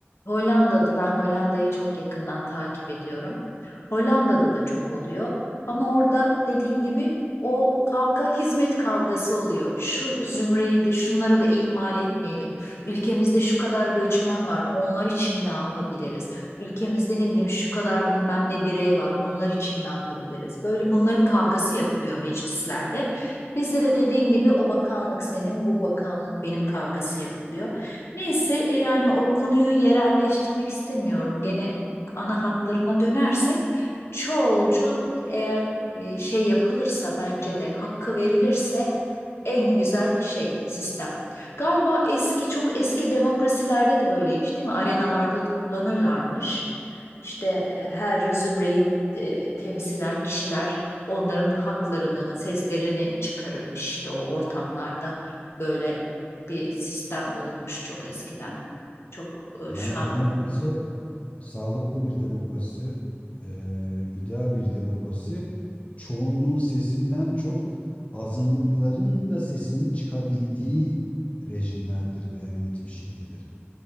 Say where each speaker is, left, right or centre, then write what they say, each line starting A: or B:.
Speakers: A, on the left (about 75°); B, on the left (about 30°).
A: Hollanda'da, ben Hollanda'yı çok yakından takip ediyorum. Hollanda'da da çok oluyor. Ama orada dediğin gibi o kavga hizmet kavgası oluyor. Şu zümreyi de şunları da ihmal etmeyelim. Ülkemizde şu kadar göçmen var. Onlar için ne yapabiliriz? Ülkemizde ne bileyim şu kadar bilmem ne birey var. Onlar için ne yapabiliriz? Böyle bunların kavgası yapılıyor meclislerde. Bizde de dediğin gibi o bakanlık senin, bu bakanlık benim kavgası yapılıyor. Neyse e, yani o konuyu yerelleştirmek istemiyorum. Gene ana hatlarına dönersek çoğulcu eğer e, şey yapılırsa bence de hakkı verilirse en güzel şey sistem. Galiba eski çok eski demokrasilerde de böyleymiş değil mi? Arenalarda toplanırlarmış. İşte e, her zümreyi e, temsilen kişiler onların haklarını, seslerini çıkarırmış işte o ortamlarda. Böyle bir sistem olurmuş çok eskiden. Çok
B: Yani
A: e, şu an
B: demokrasi, sağlıklı bir demokrasi, ee, ideal bir demokrasi, çoğunluğun sesinden çok azınlıkların da sesinin çıkabildiği rejimlerdir veya yönetim şeklidir.